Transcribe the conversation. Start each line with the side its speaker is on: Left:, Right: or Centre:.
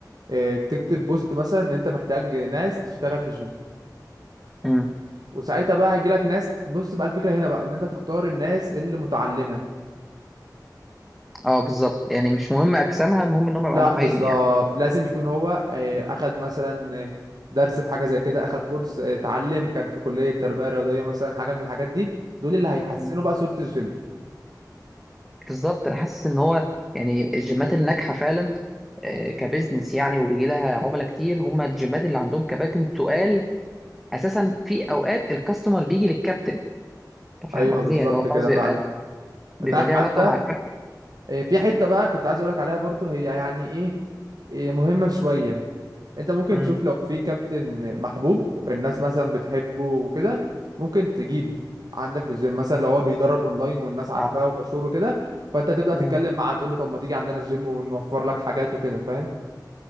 Right: آه، تكتب بوست مثلا ان انت محتاج ناس تشتغل في الجيم
Centre: آه,
Right: وساعتها بقى هيجيلك ناس بص بقى الفكرة هنا بقى ان انت تختار الناس اللي متعلمة
Centre: آه بالظبط يعني مش مهم اجسامها المهم انهم يبقى
Right: لا
Centre: عندهم
Right: بالظبط
Centre: علم
Right: لازم يكون هو آه، اخد مثلا آه، درس في حاجة زي كده اخد كورس آه، اتعلم كان في كلية تربية رياضية مثلا حاجة من الحاجات دي دول اللي هيحسنوا
Centre: يعني
Right: بقى صورة الجيم
Centre: بالظبط انا حاسس ان هو يعني الجيمات الناجحه فعلا آه، كبزنس يعني وبيجي لها عملاء كتير هم الجيمات اللي عندهم كباتن تقال اساسا في اوقات الكاستمر بيجي للكابتن انت فاهم
Right: ايوه
Centre: قصدي
Right: بالظبط
Centre: يعني هو
Right: كده
Centre: خلاص بيبقى
Right: فعلا
Centre: بيبقى
Right: انت عارف
Centre: ليه
Right: حتى
Centre: علاقه مع الكابتن
Right: آه، في حتة بقى كنت عايز اقولك عليها برضو هي يعني ايه آه، مهمة شوية انت ممكن
Centre: امم
Right: تشوف لو في كابتن محبوب الناس مثلا بتحبه وكده ممكن تجيبه عندك في الجيم مثلا لو هو بيدرب اونلاين والناس عارفاه
Centre: اه
Right: ومشهور وكده فانت تبدأ
Centre: امم
Right: تتكلم معاه تقول له طب ما تيجي عندنا الجيم ونوفر لك حاجات وكده فاهم